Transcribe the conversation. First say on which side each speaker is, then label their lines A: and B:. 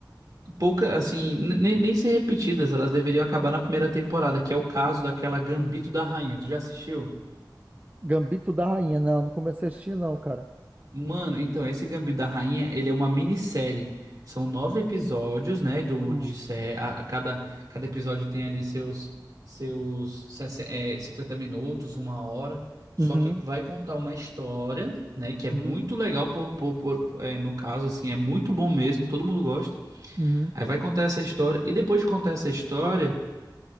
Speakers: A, on the right; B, on the right.
A: pouca assim, n- nem nem ser repetidas, elas deveriam acabar na primeira temporada, que é o caso daquela Gambito da Rainha. Tu já assistiu?
B: Gambito da Rainha, não, não comecei a assistir não, cara.
A: Mano, então, esse Gambito da Rainha, ele é uma minissérie. São nove episódios, né? Do,
B: Hum.
A: de, sé- a, a cada, cada episódio tem ali seus, seus sessen- é, 50 minutos, uma hora. Só
B: Uhum,
A: que vai contar uma história, né? Que é
B: uhum,
A: muito legal, por, por, por- é, no caso, assim, é muito bom mesmo, todo mundo gosta.
B: uhum,
A: Aí vai contar essa história, e depois de contar essa história,